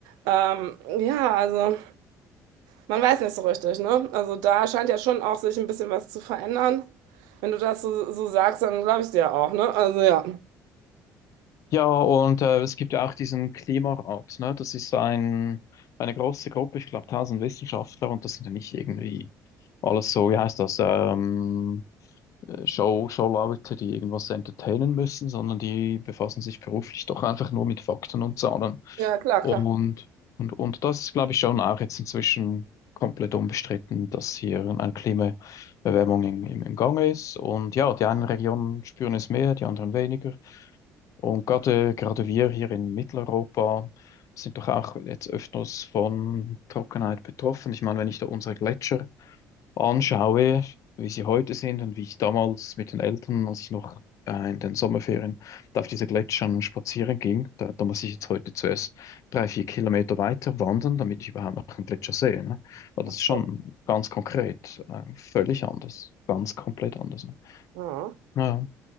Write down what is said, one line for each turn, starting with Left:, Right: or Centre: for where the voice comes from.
Right: ähm, ja, also. Man weiß nicht so richtig, ne? Also da scheint ja schon auch sich ein bisschen was zu verändern. Wenn du das so, so sagst, dann glaube ich dir auch, ne? Also ja.
Left: Ja, und äh, es gibt ja auch diesen Klimarat, ne? Das ist ein, eine große Gruppe, ich glaube, tausend Wissenschaftler und das sind ja nicht irgendwie alles so, wie heißt das, ähm, äh, Show, Showleute, die irgendwas entertainen müssen, sondern die befassen sich beruflich doch einfach nur mit Fakten und Zahlen.
Right: Ja, klar,
Left: Und,
Right: klar.
Left: und, und das ist, glaube ich, schon auch jetzt inzwischen komplett unbestritten, dass hier eine Klimaerwärmung im, im, im Gange ist. Und ja, die einen Regionen spüren es mehr, die anderen weniger. Und gerade, gerade wir hier in Mitteleuropa sind doch auch jetzt öfters von Trockenheit betroffen. Ich meine, wenn ich da unsere Gletscher anschaue, wie sie heute sind und wie ich damals mit den Eltern, als ich noch äh, in den Sommerferien da auf diese Gletschern spazieren ging, da, da muss ich jetzt heute zuerst drei, vier Kilometer weiter wandern, damit ich überhaupt noch einen Gletscher sehe. Ne? Aber das
Right: Ach
Left: ist
Right: so.
Left: schon ganz konkret, äh, völlig anders, ganz komplett anders. Ne?
Right: Ja.
Left: Ja,